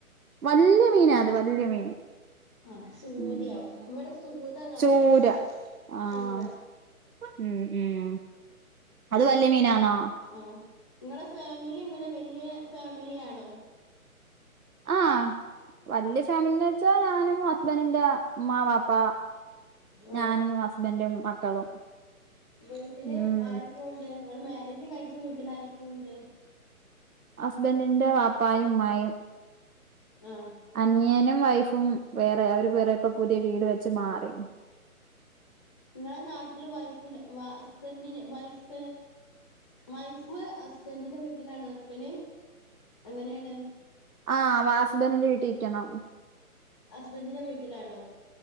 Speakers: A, on the right (about 75°); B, in the centre.
A: വല്ല്യ മീനാ അത് വല്ല്യ മീന്.
B: ആഹ് സൂദ്യാവും
A: ഉം
B: ഇവടെ സൂത എന്നാ
A: ചൂര
B: പറയാ
A: ആഹ്
B: സൂത.
A: ഉം ഉം അത് വല്ല്യ മീനാണോ?
B: ആഹ് നിങ്ങളെ ഫാമിലി എങ്ങനെ വല്ല്യേ ഫാമിലിയാണോ
A: ആഹ് വല്ല്യ ഫാമിലിന്ന് വെച്ചാ ഞാനും ഹസ്ബന്റിന്റെ ഇമ്മാ വാപ്പ
B: ഓ
A: ഞാനും ഹസ്ബൻഡു മക്കളും
B: വീട്ട്ല്
A: ഉം
B: ആരൊക്കെ ഉണ്ട് നിങ്ങള് മേരേജ് കഴിച്ച വീട്ടിൽ ആരൊക്കെ യുണ്ട്
A: ഹസ്ബന്റിന്റെ വാപ്പായും ഇമ്മായും
B: ആഹ്
A: അനിയനും വൈഫും വേറെ അവര് വേറെ ഇപ്പൊ പുതിയ വീട് വെച്ച് മാറി ക്ണ്
B: നിങ്ങളെ നാട്ടില് വൈഫിൻ വ ഹസ്ബന്റിന് വൈഫ് വൈഫ് ഹസ്ബന്റിന്റെ വീട്ടിലാണോ ക്കല് എങ്ങനെണ്
A: ആഹ് വ ഹസ്ബന്റിന്റെ വീട്ടി ക്കണം
B: ഹസ്ബന്റിന്റെ വീട്ടിലാണോ